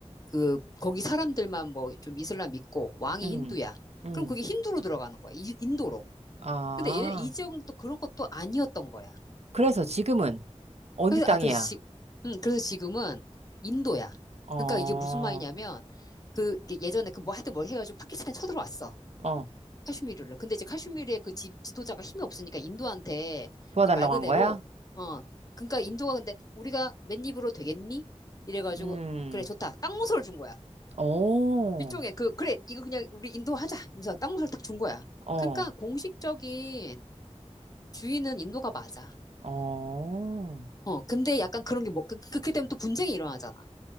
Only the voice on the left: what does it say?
그 거기 사람들만 뭐 좀 이슬람 믿고 왕이
힌두야.
그럼 그게 힌두로 들어가는 거야. 이- 인도로.
근데 얘네 이 지역은 또 그런 것도 아니었던 거야.
그래서,
아, 그래서 지, 음, 그래서 지금은 인도야.
그러니까 이게 무슨 말이냐면, 그, 이게 예전에 그 뭐 하여튼 뭘 해가지고 파키스탄에 쳐들어왔어.
카슈미르를. 근데 이제 카슈미르의 그 지, 지도자가 힘이 없으니까 인도한테,
그 말 그대로,
어, 그러니까 인도가 근데 우리가 맨입으로 되겠니? 이래가지고,
그래, 좋다. 땅무서를 준 거야.
일종의 그, 그래, 이거 그냥 우리 인도 하자. 하면서 땅무서를 딱 준 거야.
그러니까 공식적인 주인은 인도가 맞아.
어, 근데 약간 그런 게 뭐, 그, 그렇게 되면 또 분쟁이 일어나잖아.